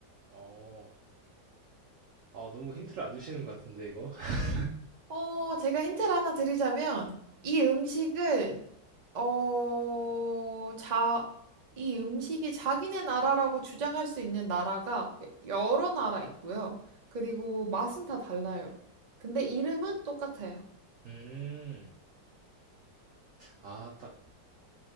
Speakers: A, on the right; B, on the right.
A: 어, 아, 너무 힌트를 안 주시는 것 같은데, 이거? <laughs>
B: 어, 제가 힌트를 하나 드리자면, 이 음식을, 어, 자, 이 음식이 자기네 나라라고 주장할 수 있는 나라가 여러 나라 있고요. 그리고 맛은 다 달라요. 근데 이름은 똑같아요.
A: 음, 아, 딱